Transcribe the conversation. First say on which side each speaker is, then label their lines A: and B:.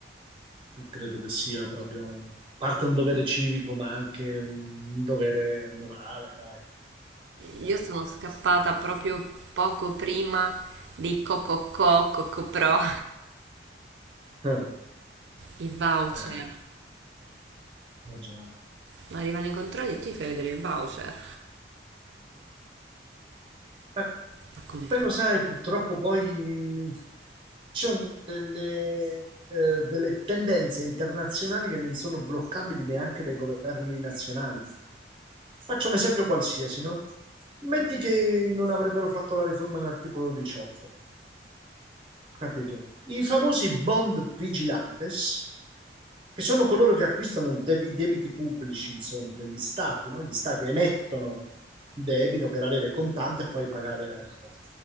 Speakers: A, on the right; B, on the right.
A: credo che sia proprio parte un dovere civico, ma anche un un dovere morale, dai.
B: Io
A: Eh,
B: sono scappata proprio poco prima dei Cococò, Cocopro,
A: eh,
B: <laughs> i voucher.
A: eh, eh, già.
B: Ma Arrivano i controlli e tu gli fai vedere il voucher.
A: Ma
B: Ma come
A: quello,
B: fa?
A: sai, purtroppo poi ci sono delle, eh, delle tendenze internazionali che non sono bloccabili neanche dai governi nazionali. Faccio un esempio qualsiasi, no? Metti che non avrebbero fatto la riforma dell'articolo 18. Capito? I famosi bond vigilantes, che sono coloro che acquistano il deb- i debiti pubblici, insomma, degli stati, no? Gli stati emettono il debito per avere contante e poi pagare la cosa.